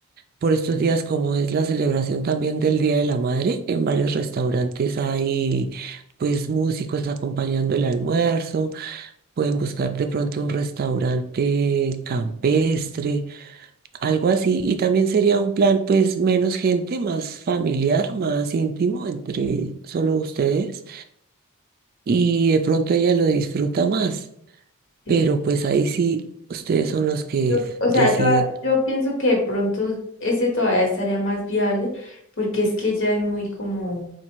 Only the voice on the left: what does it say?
eh,
yo- o
sea, yo, yo pienso que de pronto ese todavía estaría más viable porque es que ella es muy como,